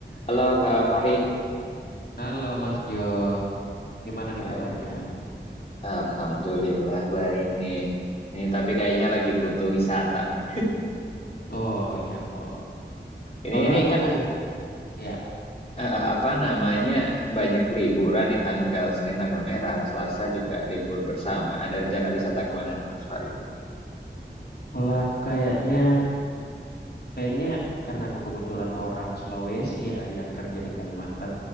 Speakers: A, on the left (about 35°); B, on the left (about 60°).
A: Halo Kak Fari,
B: Halo Mas Jo, gimana nih
A: Baik.
B: kabarnya?
A: Alhamdulillah baik nih. Ini tapi kayaknya lagi butuh wisata nih.
B: Oh iya po.
A: Ini
B: Kalau
A: ini
B: aku
A: kan
B: ke,
A: eh,
B: ya
A: eh, apa namanya banyak liburan nih tanggal Senin tanggal merah, Selasa juga libur bersama. Ada rencana wisata kemana nih Mas Fari?
B: kalau aku kayaknya, kayaknya karena aku kebetulan orang Sulawesi ya yang kerja di Kalimantan,